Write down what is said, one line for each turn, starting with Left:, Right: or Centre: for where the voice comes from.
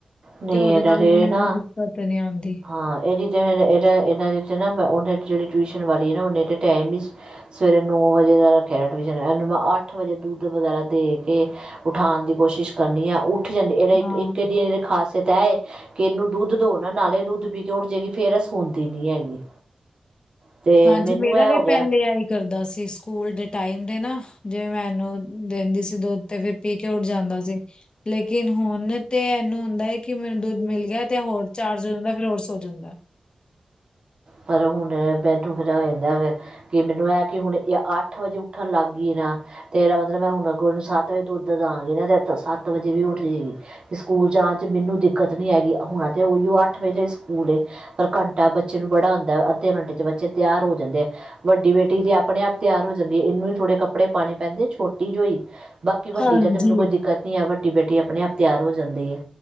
Right: ਨਹੀਂ
Left: ਤੇ ਉਹਦੇ
Right: ਇਹਨਾਂ
Left: ਨਾਲ,
Right: ਦੇ
Left: ਮੈਨੂੰ
Right: ਨਾ
Left: ਦਿੱਕਤ ਨੀ ਆਉਂਦੀ।
Right: ਹਾਂ, ਇਹਦੀ ਤਾਂ ਇਹਦਾ ਇਹਨਾਂ ਦੀ ਤੇ ਨਾ ਓਹਦੇ ਜਿਹੜੀ ਟਿਊਸ਼ਨ ਵਾਲੀ, ਉਹਨੇ ਤਾਂ ਟਾਈਮ ਵਿ ਸਵੇਰੇ ਨੌ ਵਜੇ ਦਾ ਰੱਖਿਆ, ਟਵਿਸ਼ਨ ਇਹਨੂੰ ਮੈਂ ਅੱਠ ਵਜੇ ਦੁੱਧ, ਵਗੈਰਾ ਦੇ ਕੇ ਉਠਾਉਣ ਦੀ, ਕੋਸ਼ਿਸ਼ ਕਰਨੀ ਆ ਉੱਠ ਜਾਂਦੇ, ਇਹਦਾ ਇੱਕ
Left: ਹਾਂ
Right: ਇਹਦੀ ਖਾਸਅਤ ਹੈ, ਏ ਕਿ ਇਹਨੂੰ ਦੁੱਧ ਦੋ, ਨਾ ਨਾਲੇ ਦੁੱਧ ਪੀ ਕੇ ਉੱਠ ਜਾਏਗੀ, ਫੇਰ ਆ ਸੋਂਦੀ ਨੀ ਹੈਗੀ। ਅਤੇ
Left: ਹਾਂਜੀ,
Right: ਮੈਨੂੰ
Left: ਮੇਰਾ
Right: ਇਹ
Left: ਵੀ
Right: ਹੋ ਗਿਆ
Left: ਪਹਿਲੇ ਆਈ ਕਰਦਾ ਸੀ ਸਕੂਲ ਦੇ ਟਾਈਮ, ਦੇ ਨਾ ਜੇ ਮੈਨੂੰ ਦਿੰਦੀ ਸੀ ਦੁੱਧ ਤੇ ਫ ਪੀ ਕੇ, ਉੱਠ ਜਾਂਦਾ ਸੀ। ਲੇਕਿਨ ਹੁਣ ਤੇ ਇਹਨੂੰ ਹੁੰਦਾ, ਕਿ ਮੈਨੂੰ ਦੁੱਧ ਮਿਲ ਗਿਆ ਤੇ, ਹੋਰ ਚਾਰਜਸ ਹੋ ਜਾਂਦਾ ਫਿਰ ਹੋਰ ਸੋ ਜਾਂਦਾ।
Right: ਪਰ ਹੁਣ ਬੈਡ ਉਠ ਜਾ ਜਾਂਦਾ ਵੈ। ਕਿ ਮੈਨੂੰ ਇਹ ਕਿ, ਹੁਣ ਇਹ ਅੱਠ ਵਜੇ ਉੱਠਣ ਲੱਗ ਗਈ ਏ ਨਾ। ਤੇ ਮਤਲਬ ਮੈਂ ਹੁਣ ਅੱਗੋ ਤੋ ਸੱਤ ਵਜੇ ਦੁੱਧ ਦਵਾਂਗੀ ਨਾ ਐ ਤਾ ਸੱਤ ਵਜੇ ਵੀ ਉੱਠ ਜਾਏਗੀ। ਸਕੂਲ ਜਾਣ ਚ ਮੈਨੂੰ ਦਿੱਕਤ ਨੀ ਆਏਗੀ। ਹੁਣਾ ਤੇ ਉਹੀਓ ਅੱਠ ਵਜੇ ਦਾ ਸਕੂਲ ਏ। ਪਰ ਘੰਟਾ ਬੱਚੇ ਨੂੰ ਬੜਾ ਹੁੰਦਾ, ਅੱਧੇ ਘੰਟੇ ਚ ਬੱਚੇ ਤਿਆਰ ਹੋ ਜਾਂਦੇ ਆ। ਵੱਡੀ ਬੇਟੀ ਤੇ ਆਪਣੇ ਆਪ ਤਿਆਰ ਹੋ ਜਾਂਦੀ ਏ। ਇਹਨੂੰ ਹੀ ਥੋੜੇ ਕੱਪੜੇ ਪਾਉਣੇ ਪੈਂਦੇ ਛੋਟੀ ਜੋ ਹੋਹੀ। ਬਾਕੀ ਵੱਡੀ
Left: ਹਾਂਜੀ
Right: ਜਾਂ ਤੇ ਮੈਨੂੰ ਕੋਈ ਦਿੱਕਤ ਨੀ ਆ। ਵੱਡੀ ਬੇਟੀ ਆਪਣੇ ਆਪ ਤਿਆਰ ਹੋ ਜਾਂਦੀ ਹੈ।